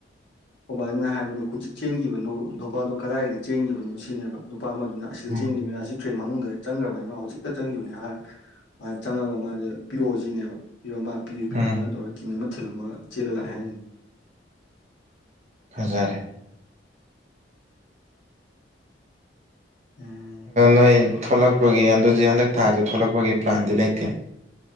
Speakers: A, on the left (about 80°); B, on the right (about 35°).
A: ꯑ ꯕꯥꯁꯤꯅ ꯍꯥꯏꯕꯅꯦ ꯍꯧꯖꯤꯛ ꯆꯦꯟꯈꯤꯕꯅꯣ ꯊꯧꯜꯗꯣ ꯀꯗꯥꯏꯗ ꯆꯦꯟꯈꯤꯕꯅꯣ ꯁꯤꯅꯦꯕ ꯅꯨꯄꯥ ꯑꯃꯗꯨꯅ ꯑꯁꯤꯗ
B: ꯎꯝ
A: ꯆꯦꯟꯈꯤꯕꯃꯤꯅ ꯁꯤ ꯇ꯭ꯔꯦꯟ ꯃꯅꯨꯡꯗ ꯆꯪꯈ꯭ꯔꯕꯅꯤ ꯃꯥ ꯍꯧꯖꯤꯛꯇ ꯆꯪꯈꯤꯕꯅꯤ ꯍꯥꯏꯔ ꯑꯗꯨꯥꯏꯅ ꯆꯪꯉꯒ ꯃꯥꯁꯦ ꯄꯤꯔꯛꯑꯣ ꯁꯤꯅꯦꯕ ꯄꯤꯔꯣ ꯃꯥ ꯄꯤꯔꯦ ꯄꯤꯔ
B: ꯎꯝ
A: ꯑꯗꯨꯃꯥꯏ ꯇꯧꯔ ꯀꯤꯟ ꯑꯃ ꯊꯤꯜꯂꯝꯃꯒ ꯆꯦꯜꯂ ꯂꯥꯛꯑ ꯍꯥꯏꯅ ꯎꯝ
B: ꯊꯖꯔꯦ
A: ꯎꯝ
B: ꯅꯣꯏ ꯊꯣꯛꯂꯛꯄꯒꯤ ꯑꯗꯨꯟꯖꯤ ꯍꯟꯗꯛ ꯊꯥꯁꯦ ꯊꯣꯛꯂꯛꯄꯒꯤ ꯄ꯭ꯂꯥꯟꯗꯤ ꯂꯩꯇꯦ